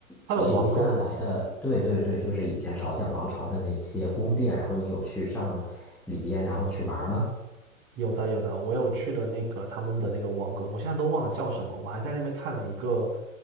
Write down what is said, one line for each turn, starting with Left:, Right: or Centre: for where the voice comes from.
Right: 它的王宫吗？
Centre: 留下来的，对对对，就是以前朝鲜王朝的那些宫殿，然后你有去上里边，然后去玩吗？
Right: 有的有的，我有去了那个他们的那个王宫，我现在都忘了叫什么，我还在那边看了一个